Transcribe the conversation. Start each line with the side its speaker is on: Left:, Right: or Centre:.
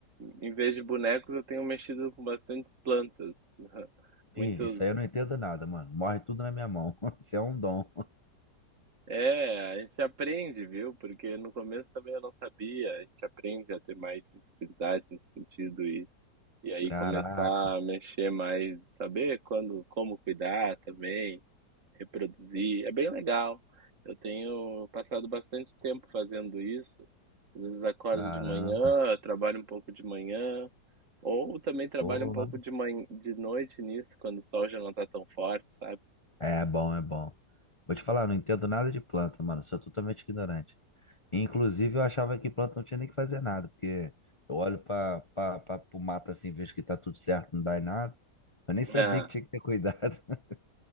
Right: Em vez de bonecos, eu tenho mexido com bastantes plantas. <laughs>
Left: Ih,
Right: Muitos.
Left: isso aí eu não entendo nada, mano. Morre tudo na minha mão. <laughs> Isso é um dom.
Right: É, a gente aprende, viu? Porque no começo também eu não sabia. A gente aprende a ter mais sensibilidade nesse sentido E aí
Left: Caraca,
Right: começar a mexer mais, saber quando, como cuidar também, reproduzir, é bem legal. Eu tenho passado bastante tempo fazendo isso. Às vezes acordo
Left: caramba.
Right: de manhã, trabalho um pouco de manhã, ou também trabalho
Left: Pô,
Right: um pouco
Left: mano.
Right: de manhã, de noite nisso, quando o sol já não está tão forte, sabe?
Left: É bom, é bom. Vou te falar, eu não entendo nada de planta, mano. Sou totalmente ignorante. Inclusive, eu achava que planta não tinha nem que fazer nada, porque eu olho para o mato assim, vejo que tá tudo certo, não dá em nada. Eu nem sabia
Right: Ah,
Left: que tinha que ter cuidado. <laughs>